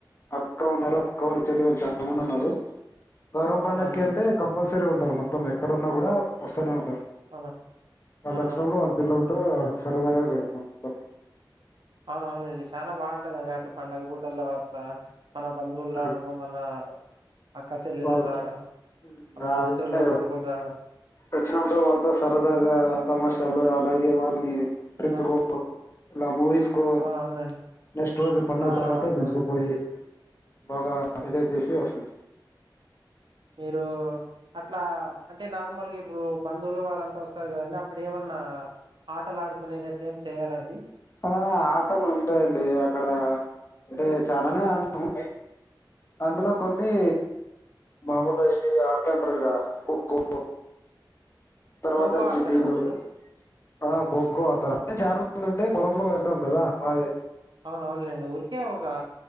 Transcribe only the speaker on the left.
అక్క ఉన్నారు అక్క వాళ్ళు చె. లిల్లూ చాలామంది ఉన్నారు గౌరం
పండక్కి అంటే కంపల్సరీ ఉం. టారూ మొత్తం ఎక్కడున్నా కూడా వస్తానే ఉంటారు
వాళ్ళు
వచ్చినప్పుడు వాళ్ళ పిల్లల్తో. సరదాగా గడుపుతాం మొత్తం.
ఆ,
వాళ్ళతో
<unintelligible>
అట్లే
వచ్చినప్పుడు వాళ్ళతో సరదగా తమాషాలు అలాగే వాళ్ళని. ట్రిప్
కో ఇలా మూవీస్కో
నెక్స్ట్ రోజు పండుగ
తర్వాత
పిలుచుకుపోయి బాగా ఇదై తీసి వస్తుంది.
ఆ ఆటలు ఉంటాయండి అక్కడ అంటే చాలనే ఆడ్నామూ. అందులో కొన్నీ మామూలు ఇది ఆడుతంటారుగా ఖోఖో. తర్వాత
వచ్చి
<unintelligible>
ఆ ఖోఖో ఆడతారా అంటే చాలా మంది ఉంటే పొలంలో వెళ్తాం గదా మా.